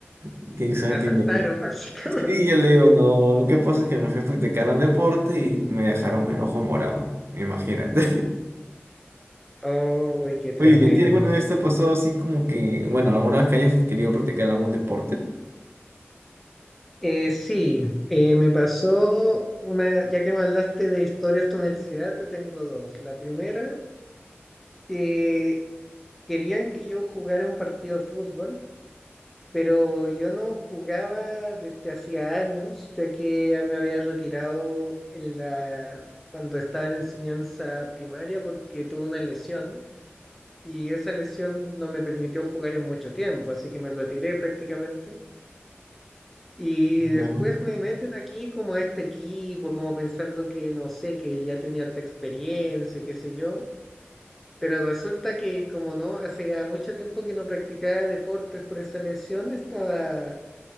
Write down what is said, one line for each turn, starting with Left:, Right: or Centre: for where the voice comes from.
Right: Y que ellos saben
Centre: La asaltaron,
Right: que yo...
Centre: <laughs> básicamente.
Right: Sí, yo le digo, no, lo que pasa es que me fui a practicar un deporte y me dejaron el ojo morado. Imagínate.
Centre: Oh, qué tremendo.
Right: Oye, ¿y a ti alguna vez te ha pasado así como que, bueno, alguna vez que hayas querido practicar algún deporte?
Centre: Eh, sí, eh, me pasó una, ya que me hablaste de historias de universidad, te tengo dos. La primera, eh, querían que yo jugara un partido de fútbol, pero yo no jugaba desde hacía años, ya que ya me había retirado en la, cuando estaba en enseñanza primaria porque tuve una lesión y esa lesión no me permitió jugar en mucho tiempo, así que me retiré prácticamente. Y
Right: Claro.
Centre: después me meten aquí como a este equipo, como pensando que no sé, que ya tenía harta experiencia, qué sé yo. Pero resulta que como no, hace mucho tiempo que no practicaba deportes por esa lesión, estaba,